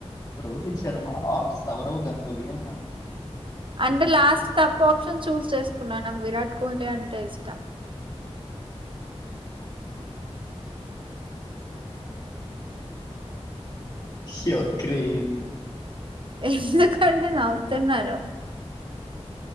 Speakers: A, on the left; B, on the right.
A: రోహిత్ శర్మా ఔ సౌరవ్ గంగూలీ అన్నాను
B: అంటే last తప్పు ఆప్షన్ చూస్ చేసుకున్నా నాకు విరాట్ కోహ్లీ అంటే ఇష్ట
A: యువా క్రేసీ
B: ఎందుకండీ నవ్వుతున్నారు